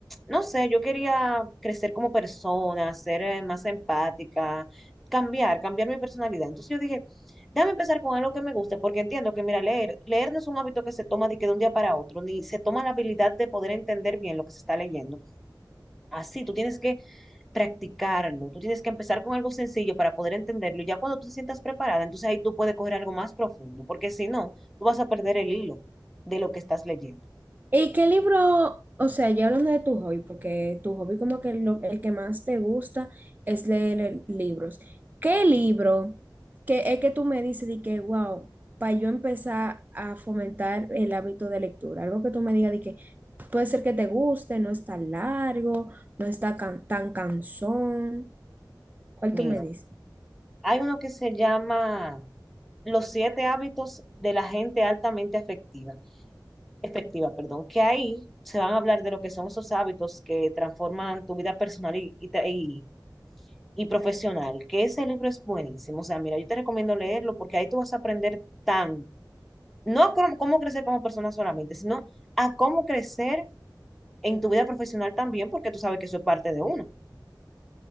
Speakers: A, in the centre; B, on the right (about 25°).
A: no sé, yo quería crecer como persona, ser eh, más empática, cambiar, cambiar mi personalidad. Entonces yo dije, déjame empezar con algo que me guste, porque entiendo que, mira, leer, leer no es un hábito que se toma de que de un día para otro, ni se toma la habilidad de poder entender bien lo que se está leyendo. Así, tú tienes que practicarlo, tú tienes que empezar con algo sencillo para poder entenderlo, y ya cuando tú te sientas preparada, entonces ahí tú puedes coger algo más profundo, porque si no, tú vas a perder el hilo de lo que estás leyendo.
B: ¿Y qué libro, o sea, ya hablando de tu hobby, porque tu hobby como que lo- el que más te gusta es leer eh, libros. ¿Qué libro que es que tú me dices de que, wow, para yo empezar a fomentar el hábito de lectura? Algo que tú me digas de que puede ser que te guste, no está largo, no está can- tan cansón. ¿Cuál
A: Mira.
B: tú me dices?
A: Hay uno que se llama Los siete hábitos de la gente altamente afectiva, efectiva, perdón, que ahí se van a hablar de lo que son esos hábitos que transforman tu vida personal y, y, te- y- y profesional, que ese libro es buenísimo. O sea, mira, yo te recomiendo leerlo porque ahí tú vas a aprender tanto. No a cómo, cómo crecer como persona solamente, sino a cómo crecer en tu vida profesional también, porque tú sabes que eso es parte de uno.